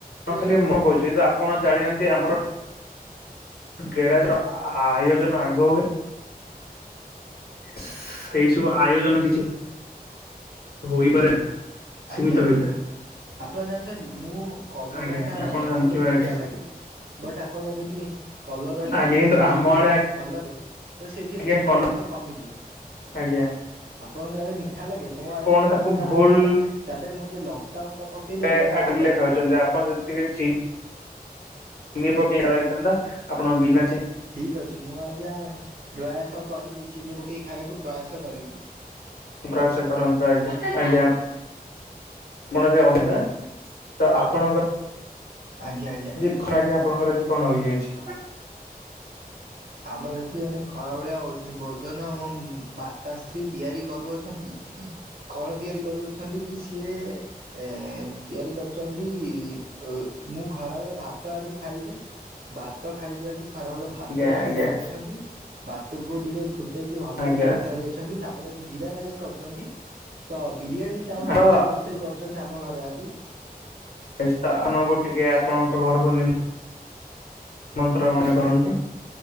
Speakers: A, on the left; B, on the right.
A: ହଣ ଖାଲି ମୁଁ କହୁଛି କିନ୍ତୁ ଆପଣ ଜାଣନ୍ତି ଆମର ଗେରାଜର ଆ ଆ ଆୟୋଜନ ଆଗ ହୁଏ। ସେଇ ସବୁ ଆୟୋଜନ କି ହୋଇପାରେ
B: ଆଜ୍ଞା
A: ସୀମିତ
B: ଆଜ୍ଞା।
A: ହୋଇଥାଏ।
B: ଆପଣ ଜାଣିଛନ୍ତି ମୁଁ କଲରା
A: ଆଜ୍ଞା ଆଜ୍ଞା
B: ଟା
A: ଆପଣ
B: ଖାଇଲେ
A: ଜାଣିଥିବେ
B: ପିତାା
A: ଆଜ୍ଞା
B: ଲାଗେ। ବଟ୍ ଆପଣ ଯଦି କଲରା ଟାକୁ
A: ଆଜ୍ଞା କିନ୍ତୁ
B: ସିଝେଇକି
A: ଆମ ଆଡେ
B: ଖାଇବେ ଭଲରେ। ତ ସେ ଟିକେ
A: ଆଜ୍ଞା
B: ପିତା
A: କଲ
B: ଅଂଶ କମିଯିବ।
A: ଆଜ୍ଞା।
B: ଆପଣଙ୍କ ଆଡେ ମିଠା ଲାଗେ ମୋ ଆଡେ
A: ଆପଣ
B: କଣ
A: ତାକୁ
B: ପିତା
A: ଭୁଲ
B: ଲାଗୁଥିଲା ତା ଦେହରେ ମୁଁ ଟିକେ ଲଙ୍କାାଗୁଣ୍ଡ ପ ପକେଇଦେଲି
A: ଲେ
B: ତ ରାଗ
A: ଲେଖାଉଛନ୍ତି
B: ଲାଗିଲା।
A: ଆପଣ ଯଦି ଟିକେ ଚି ଚିନି ପକେଇ ହେଇଥାନ୍ତା <unintelligible> ଆପଣ ବିନା ଚି
B: ଠିକ ଅଛି ମୁଁ ଆଜ୍ଞା ପ୍ରୟାସ କରିବି ଚିନି ପକେଇି ଖାଇବାକୁ ପ୍ରୟାସ କରିବି।
A: ପ୍ରୟାସ କରନ୍ତୁ ଆଜ୍ଞା ଆଜ୍ଞା। ଆପଣ ଯେ ଅନ୍ଧା ତ ଆପଣଙ୍କ
B: ଆଜ୍ଞା ଆଜ୍ଞା।
A: <unintelligible> ଆଜ୍ଞ ଆପଣଙ୍କର ଆଜି କଣ ହେଇକି ଅଛି।
B: ଆମର ଏଠି ମାନେ ଖରା ଭଳିଆ ହଉ। ଭୋଜନ ମୋ ମାତାଶ୍ରୀ ତିଆରି କରୁଅଛନ୍ତି କଣ ତିଆରି କରୁଅଛ ଅଛନ୍ତି କି ସିଏ ଏଁ ତିଆରି କରିଛନ୍ତି। ଓଃ ମୁଁ ଖରାବେଳେ ଭାତ ଆଜି ଖାଇବି ଭାତ ଖାଇବି ଆଜି ଖରାବେଳେ
A: ଆଜ୍ଞା
B: ଭାତ ରୋଷେଇ
A: ଆଜ୍ଞା
B: କରୁଅଛନ୍ତି। ଭାତକୁ ଟିକେ ଫୁଟେଇକି ଭଲରେ
A: ଆଜ୍ଞା
B: ତିଆରି କରୁଅଛନ୍ତି ତାପରେ ଜିରା ରାଇସ କରୁଛନ୍ତି। ତ ବିରିୟାନୀ ଚାଉଳ
A: ଆଉ
B: ବୋଧେ ରୋଷେଇ କରୁଛନ୍ତି ଆମ ଘରେ ଆଜି
A: ଏ ସ୍ଥାନକୁ ଟିକେ ଆପଣଙ୍କ ଘରକୁ ନି ମନ୍ତ୍ର ଗଣ କରନ୍ତୁ।